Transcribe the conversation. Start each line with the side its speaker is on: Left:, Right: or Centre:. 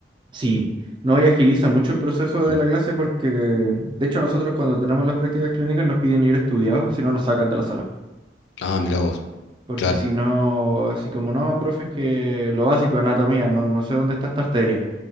Right: Sí, no, y agiliza mucho el proceso
Left: Mm.
Right: de la clase porque, de hecho, nosotros cuando tenemos las prácticas clínicas nos piden ir estudiados, si no nos sacan de la sala.
Left: Ah, mira vos,
Right: Porque
Left: claro.
Right: si no, así como no, profe, es que lo básico, anatomía, no, no sé dónde está esta arteria.